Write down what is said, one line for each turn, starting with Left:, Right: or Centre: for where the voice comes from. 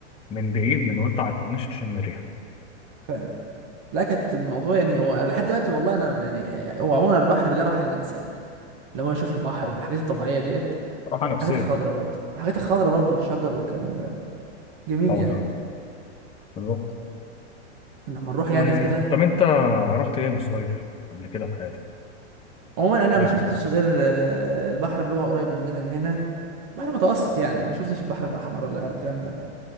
Left: من بعيد من وانت على الكورنيش تشم الريح
Right: فعلا لا كانت الموضوع يعني هو لحد دلوقتي والله انا يعني آه، هو عموما البحر ده راحه للانسان لما هو يشوف البحر
Left: صح
Right: والحاجات الطبيعيه ديت
Left: راحه نفسيه
Right: الحاجات الخضراء
Left: طبعا
Right: برضه الحاجات الخضراء برضه والشجر والكلام ده جميل
Left: اه
Right: يعني
Left: تمام بالظبط
Right: لما نروح يعني
Left: و...
Right: في كده
Left: طب انت رحت ايه مصايف قبل كده في حياتك
Right: عموما انا
Left: طلعت
Right: ما شفتش
Left: فين
Right: غير آه، البحر اللي هو قريب مننا هنا بحر متوسط يعني ما شفتش البحر الاحمر ولا الكلام ده